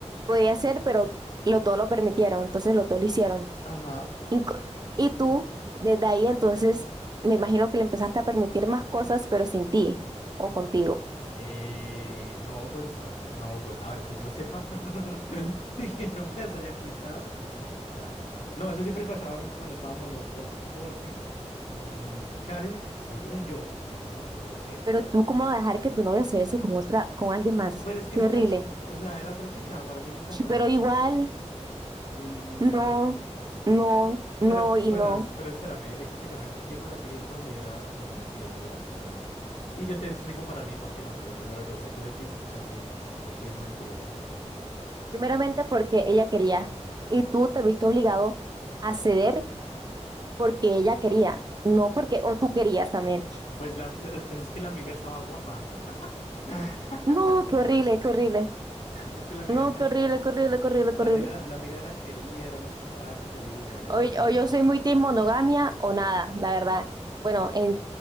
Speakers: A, on the right; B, on the left.
A: Podía ser, pero los dos lo permitieron. Entonces los dos lo hicieron.
B: Ajá.
A: Inco- Y tú, desde ahí, entonces, me imagino que le empezaste a permitir más cosas, pero sin ti o contigo.
B: Eh, no, pues, ah, ah, no, pues, a ver, que yo sepa <laughs> que no me las haya ocultado, no, o sea, no, eso siempre pasaba cuando estábamos los dos, porque mm, Karen, según yo, según lo que yo sé,
A: Pero tú, ¿cómo vas a dejar que tu novia se bese con otra, con alguien más?
B: pero es que
A: Qué
B: es
A: horrible.
B: una chica, o sea, era otra chica, para mí no cuenta.
A: Pero igual.
B: Mm,
A: No, no, no
B: pero
A: y
B: bueno,
A: no.
B: es- pero espérame, explícame, ¿por qué para ti es considerado como una infidelidad? O sea, y yo te explico para mí por qué no, pero primero tú, o sea, quiero, quiero escucharte por qué es una infidelidad.
A: Primeramente porque ella quería y tú te viste obligado a ceder porque ella quería, no porque, o tú querías también.
B: Pues, la, pues es que la amiga estaba guapa. <laughs>
A: No, qué horrible, qué horrible.
B: Es que la amiga
A: No,
B: estaba.
A: qué horrible, qué horrible, qué horrible,
B: La
A: qué horrible.
B: amiga, la amiga era querida, era muy simpática. Yo dije, bueno,
A: O,
B: ¿por
A: o
B: qué no?
A: yo soy muy team monogamia o nada, la verdad. Bueno, en